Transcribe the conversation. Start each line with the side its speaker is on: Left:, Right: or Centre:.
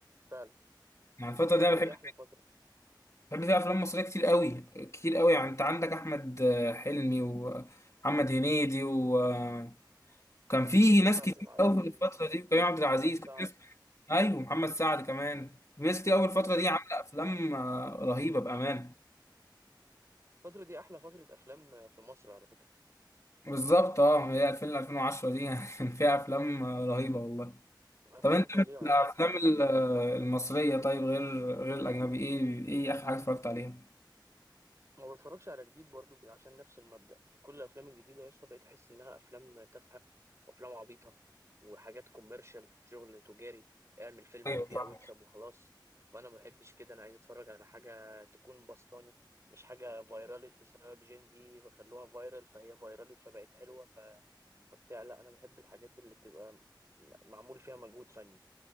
Right: فعلا
Left: يعني الفتره دي
Right: الفترة
Left: انا بحب
Right: دي أحلى فترة
Left: بحب فيها افلام مصريه كتير قوي كتير قوي يعني انت عندك احمد آه، حلمي ومحمد هنيدي وكان في
Right: كريم
Left: ناس
Right: عبد
Left: كتير
Right: العزيز
Left: قوي في الفتره دي كريم عبد العزيز
Right: محمد سعد
Left: كان في ناس ايوه محمد سعد كمان في ناس كتير قوي الفتره
Right: مم.
Left: دي عامله افلام آه، رهيبه بامانه
Right: الفترة دي أحلى فترة أفلام في مصر على فكرة
Left: بالظبط اه هي 2000 ل 2010 دي <laughs> كان فيها افلام آه، رهيبه والله
Right: أفلام
Left: طب انت
Right: فظيعة
Left: من الافلام
Right: يعني
Left: ال- المصريه طيب غير غير الاجنبي ايه ايه اخر حاجه اتفرجت عليها
Right: ما بتفرجش على جديد برضو ب- عشان نفس المبدأ كل الافلام الجديده يا اسطى بقيت احس انها افلام تافهه وافلام عبيطه وحاجات كوميرشال شغل تجاري اعمل فيلم
Left: ايوه
Right: وبيع
Left: فاهم
Right: واكسب وخلاص وانا ما بحبش كده انا عايز اتفرج على حاجه تكون بسطاني مش حاجه فايرالت بسبب جين زي فخلوها فايرال فهي فايرالت فبقت حلوه ف... فبتاع لا انا بحب الحاجات اللي بتبقى م- معمول فيها مجهود فني